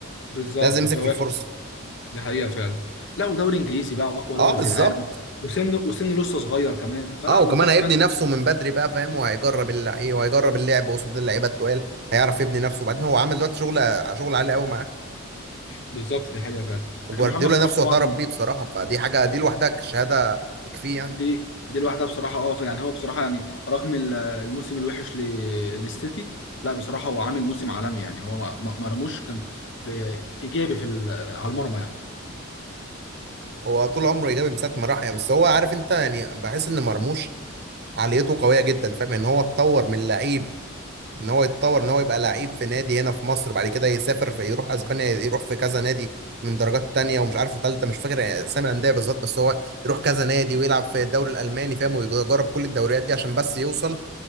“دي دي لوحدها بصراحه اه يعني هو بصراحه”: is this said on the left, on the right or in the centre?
Left